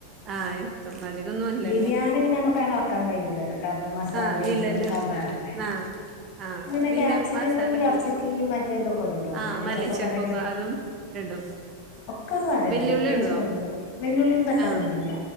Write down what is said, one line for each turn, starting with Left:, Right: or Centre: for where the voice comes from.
Right: ആഹ് ഇട്ടോ അതികൊന്നും
Left: ബിരിയാണി
Right: ഇല്ല
Left: പിന്നെ നമുക്ക് അതെളക്കാൻ കഴിയൂല്ലല്ലോ കാരണം മസാല
Right: ആഹ്
Left: ഇതും
Right: ഇല്ലല്ലോ
Left: വാ വേറല്ലേ
Right: ആഹ് ആഹ്
Left: ഇങ്ങനെ
Right: അത് പിന്നെ
Left: ക്യാപ്സിക്
Right: മസാലൊക്കെ
Left: ഇണ്ടെങ്കില് ക്യാപ്സിക്കീ
Right: ഒരുക്കും
Left: മറ്റേതൊക്കെ ഉണ്ട്ട്ടോ
Right: ആഹ്
Left: മല്ലിച്ചെപ്പൊക്കെ ഉണ്ടെങ്ക
Right: അതും ഇടും
Left: ഒക്കെ <unintelligible> തന്നെ
Right: വെല്ലുള്ളി
Left: പ്രത്യേകിച്ച്തൊന്നൂല
Right: ഇടുവോ
Left: വെല്ലുള്ളിം തക്കാളിം
Right: ആഹ്
Left: ഒന്നും ഇടൂല്ല